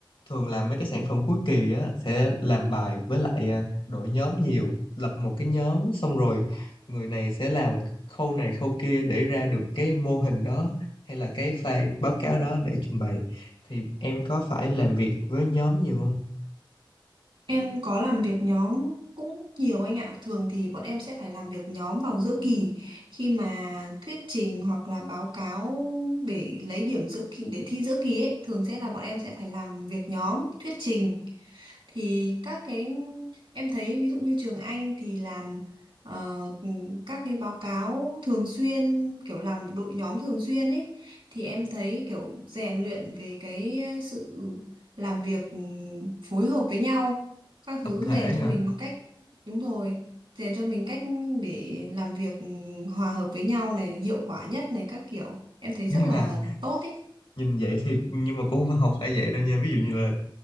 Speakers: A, on the left; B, on the right.
A: thường làm mấy cái sản phẩm cuối kỳ á sẽ làm bài với lại à, đội nhóm nhiều lập một cái nhóm xong rồi người này sẽ làm khâu này khâu kia để ra được cái mô hình đó hay là cái file báo cáo đó để trình bày thì em có phải làm việc với nhóm nhiều không
B: Em có làm việc nhóm cũng nhiều anh ạ. Thường thì bọn em sẽ phải làm việc nhóm vào giữa kỳ khi mà thuyết trình hoặc là báo cáo để lấy điểm giữa kỳ để thi giữa kỳ ấy, thường sẽ là bọn em sẽ phải làm việc nhóm, thuyết trình thì các cái em thấy ví dụ như trường Anh thì làm ờ, các cái báo cáo thường xuyên kiểu làm đội nhóm thường xuyên ấy thì em thấy kiểu rèn luyện về cái sự làm việc ừ, phối hợp với nhau các
A: tập
B: thứ
A: thể
B: rèn cho
A: hả
B: mình cách đúng rồi rèn cho mình cách để làm việc ừ, hòa hợp với nhau này hiệu quả nhất này các kiểu em thấy rất
A: nhưng
B: là
A: mà
B: tốt ấy
A: nhìn vậy thì nhưng mà cũng không phải vậy đâu nha ví dụ như là